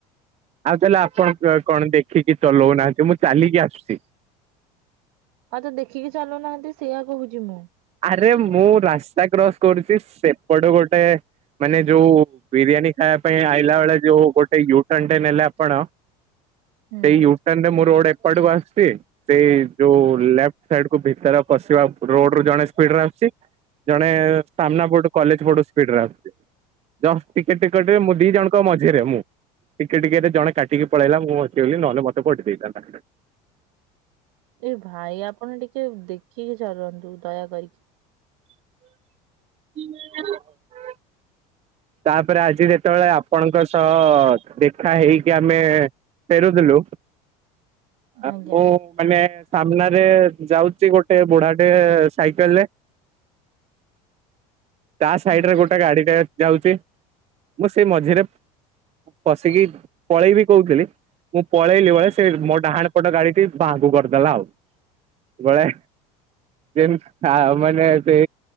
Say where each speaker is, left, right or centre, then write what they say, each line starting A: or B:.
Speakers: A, on the right (about 35°); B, on the right (about 75°).
A: ଆଉ ତାହେଲେ ଆପଣ ଅ କଣ ଦେଖିକି ଚଲଉନାହାନ୍ତି ମୁଁ ଚାଲିକି ଆସୁଚି।
B: ଆଉ ତ ଦେଖିକି ଚାଲୁନାହାନ୍ତି ସେଇଆ କହୁଚି ମୁଁ।
A: ଆରେ ମୁଁ ରାସ୍ତା କ୍ରସ୍ କରୁଚି ସେପଟ ଗୋଟେ ମାନେ ଯୋଉ ବିରିୟାନୀ ଖାଇଆ ପାଇଁ ଆଇଲା ଅଳେ ଯୋଉ ଗୋଟେ ୟୁ‌‌ ଟନ୍ ଟେ ନେଲେ ଆପଣ
B: ହୁଁ
A: ସେଇ ୟୁ ଟିନ୍ ରେ ମୁଁ ରୋଡ଼୍ ଏପଟକୁ ଆସୁଚି ସେଇ ଯୋଉ ଲେପ୍ଟ୍ ସାଇଡ଼୍ କୁ ଭିତର ପଶିବା ରୋଡ଼୍ ରୁ ଜଣେ ସ୍ପିଡ଼୍ ରେ ଆସୁଚି ଜଣେ ସାମ୍ନା ପଟୁ କଲେଜ୍ ପଟୁ ସ୍ପିଡ଼୍ ରେ ଆସୁଚି। ଜଷ୍ ଟିକେ ଟିକଟରେ ମୁଁ ଦି ଜଣଙ୍କ ମଝିରେ ମୁଁ। ଟିକେ ଟିକେରେ ଜଣେ କାଟିକି ପଳେଇଲା ମୁଁ ବଚିଗଲିି ନହେଲେ ମତେ ପଟିଦେଇଥାନ୍ତା।
B: ଏ ଭାଇ ଆପଣ ଟିକେ ଦେଖିକି ଚାଲନ୍ତୁ ଦୟା କରିକି।
A: <inaudible> ତାପରେ ଆଜି ଯେତଳେ ଆପଣଙ୍କ ସହ ଦେଖା ହେଇକି ଆମେ ଫେରୁଥିଲୁ ଆ
B: ଆଜ୍ଞା
A: ମୁଁ ମାନେ ସାମ୍ନାରେ ଯାଉଚି ଗୋଟେ ବୁଢ଼ାଟେ ସାଇକେଲ୍ ରେ ତା ସାଇଡ଼୍
B: ହୁଁ।
A: ରେ ଗୋଟେ ଗାଡ଼ିଟେ ଯାଉଚି ମୁଁ ସେଇ ମଝିରେ ପସିକି ପଳେଇବି କୋହୁଥିଲି ମୁଁ ପଳେଇଲି ବହେ ସେ ମୋ ଡାହାଣ ପଟ ଗାଡ଼ିଟି ବାଁକୁ କରିଦେଲା ଆଉ ଗଳେ ଦେରୁ ଖା ମାନେ ବେ